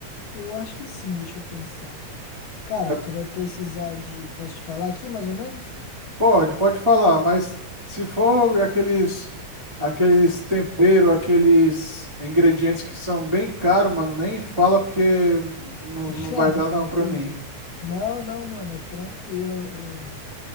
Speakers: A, on the left (about 75°); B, on the right (about 40°).
A: Eu acho que sim, deixa eu pensar aqui. Cara,
B: É,
A: tu vai precisar de. Posso te falar aqui mais ou menos?
B: pode, pode falar, mas se for aqueles, aqueles tempero, aqueles ingredientes que são bem caros, mano, nem fala porque não,
A: <laughs>
B: não vai dar não
A: Entendi.
B: pra mim.
A: Não, não, mano, é tranquilo é,